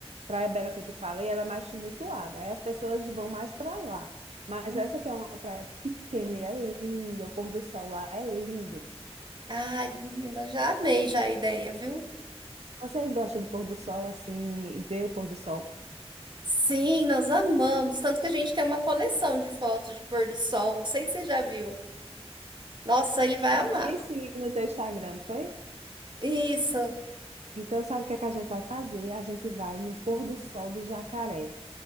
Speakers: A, on the right; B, on the right.
A: Praia Bela que eu te falei, ela é mais tumultuada. Aí as pessoas vão mais para lá. Mas
B: Uhum.
A: essa que é uma praia pequena e é linda, o pôr do sol lá é lindo.
B: Ai, menina, já amei já a ideia, viu?
A: Vocês gostam de pôr do sol assim e ver o pôr do sol?
B: Sim, nós amamos. Tanto que a gente tem uma coleção de fotos de pôr do sol. Não sei se você já viu. Nossa, ele vai
A: Ah,
B: amar.
A: vi sim no teu Instagram, não foi?
B: Isso.
A: Então sabe o que é que a gente vai fazer? A gente vai no pôr do sol do Jacaré.